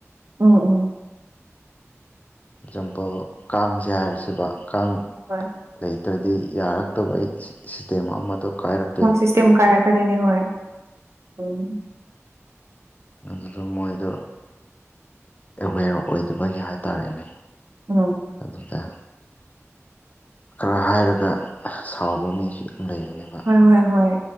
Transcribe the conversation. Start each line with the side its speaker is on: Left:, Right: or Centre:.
Right: ꯎꯝ ꯎꯝ
Left: ꯑꯦꯖꯥꯝꯄꯜ ꯀꯥꯡꯁꯦ ꯍꯥꯏꯔꯁꯦꯕ ꯀꯥꯡ
Right: ꯍꯣꯏ
Left: ꯂꯩꯇ꯭ꯔꯗꯤ ꯌꯥꯔꯛꯇꯕ ꯑꯩ ꯁꯤꯁꯇꯦꯝ ꯑꯃꯗꯣ ꯀꯥꯏꯔꯛ
Right: ꯍꯣꯏ ꯁꯤꯁꯇꯦꯝ ꯀꯥꯏꯔꯛꯀꯗꯤꯅꯦ ꯍꯣꯏ ꯎꯝ
Left: ꯑꯗꯨꯗ ꯃꯣꯏꯗꯣ ꯑꯦꯋꯦꯌꯔ ꯑꯣꯏꯗꯕꯒꯤ ꯍꯥꯏꯇꯥꯔꯦꯅꯦ
Right: ꯎ
Left: ꯑꯗꯨꯗ ꯈꯔ ꯍꯥꯏꯔꯒ ꯑ ꯁꯥꯎꯕ ꯃꯤꯁꯤ ꯑꯗꯨ ꯂꯩꯕꯅꯦꯕ
Right: ꯍꯣꯏ ꯍꯣꯏ ꯍꯣꯏ